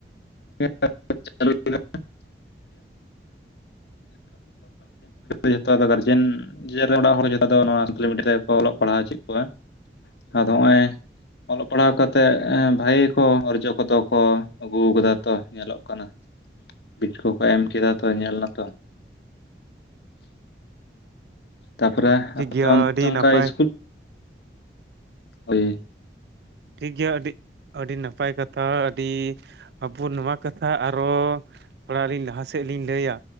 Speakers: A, on the left; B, on the right.
A: <inaudible> <unintelligible> ᱡᱚᱛᱚ ᱟᱫᱚ ᱜᱟᱨᱡᱮᱱ ᱨᱮᱱ ᱚᱲᱟᱜ ᱦᱚᱲ ᱡᱚᱛᱚ ᱫᱚ ᱤᱥᱠᱩᱞ ᱢᱤᱰᱤᱭᱟ ᱛᱮᱠᱚ ᱚᱞᱚᱜ ᱯᱟᱲᱦᱟᱣ ᱦᱚᱪᱚᱭᱮᱫ ᱠᱚᱣᱟ ᱟᱫᱚ ᱱᱚᱜᱼᱚᱭ ᱚᱞᱚᱜ ᱯᱟᱲᱦᱟᱣ ᱠᱟᱛᱮᱫ ᱵᱷᱟᱜᱮ ᱠᱚ ᱚᱨᱡᱚ ᱠᱚᱫᱚ ᱠᱚ ᱟᱹᱜᱩ ᱟᱠᱟᱫᱟ ᱛᱚ ᱧᱮᱞᱚᱜ ᱠᱟᱱᱟ ᱵᱤᱞ ᱠᱚᱠᱚ ᱮᱢ ᱠᱮᱫᱟ ᱛᱚ ᱧᱮᱞ ᱱᱟᱛᱚ ᱛᱟᱯᱚᱨᱮ
B: ᱴᱷᱤᱠ
A: ᱟᱯᱮ
B: ᱜᱮᱭᱟ
A: ᱚᱱᱛᱮ
B: ᱟᱹᱰᱤ
A: ᱚᱱᱠᱟ
B: ᱱᱟᱯᱟᱭ
A: ᱤᱥᱠᱩᱞ ᱳᱭ
B: ᱴᱷᱤᱠ ᱜᱮᱭᱟ ᱟᱹᱰᱤ ᱟᱹᱰᱤ ᱱᱟᱯᱟᱭ ᱠᱟᱛᱷᱟ ᱟᱹᱰᱤ ᱟᱵᱚ ᱱᱚᱣᱟ ᱠᱟᱛᱷᱟ ᱟᱨᱚ ᱛᱷᱚᱲᱟ ᱞᱤᱧ ᱞᱟᱦᱟ ᱥᱮᱫ ᱞᱤᱧ ᱞᱟᱹᱭᱟ